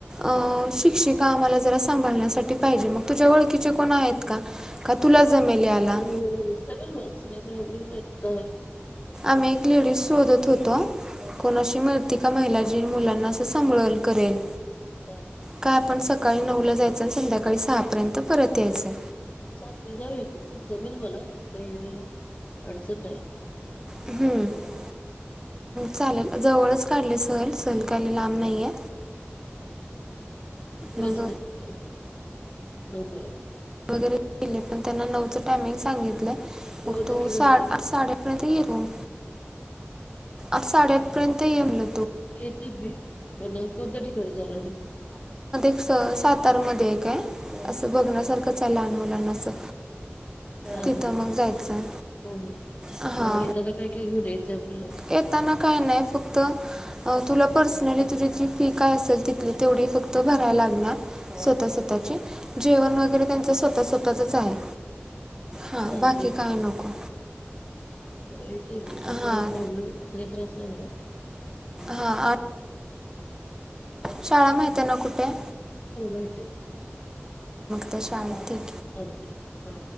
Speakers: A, on the right; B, on the left.
A: अ- शिक्षिक का आम्हाला जरा सांभाळण्यासाठी पाहिजे. तुझ्या ओळखीचे कोणी आहे का? का तुला जमेल याला
B: हो त्या प बस प्रॉब्लेमत
A: आम एक लेडीस शोधत होतो कोणाशी मिळती का महिला जी मुलांना असं सांभाल करेल
B: होम
A: काय आपण सकाळी नऊ ला जायचं आणि संध्याकाळी सहा पर्यंत परत यायचं
B: चालते जाऊया की जमेल मला अ अ अडचण नाही
A: हम्म
B: हो
A: चालेल जवळच काढले सहल सहल काही लांब नाहीये
B: <inaudible>
A: मग
B: बर
A: वरे के पण त्यां नवचं टामिंग सांगितलंय मग
B: कोणत्या
A: तो
B: ठिकाणी
A: सा
B: जायचं?
A: साडेपर्यंतेत हो आता साडेआठ पर्यंत येमल
B: येतेच मी पण कोणत्या ठिकाणी जाणार आहे
A: सातार मध्ये काय असं बघण्यासारखं त्या लहान मुलांनाचं
B: चालेल
A: तिथं
B: हो
A: मग जायचं
B: हो
A: हा
B: मग येताना काय काय घेऊन यायचं आपल्याला?
A: येता न काय नाही फक्त तुला पर्सनली तुझी त फी काय असेल तिथली तेवढी फक्त भरायला लागणार
B: हा
A: स्वतः स्वतःची जेवण वगैरे त्यांच स्वतः स्वततच आहे हां
B: चालतेय
A: बाकी
B: क
A: काय नको
B: य
A: हां
B: तस काय प्रॉब्लेम काय त्रास नाही बला
A: हा शाळा माह ना कुठ <inaudible>
B: हो काय
A: तर शाळेतठी
B: अछ हा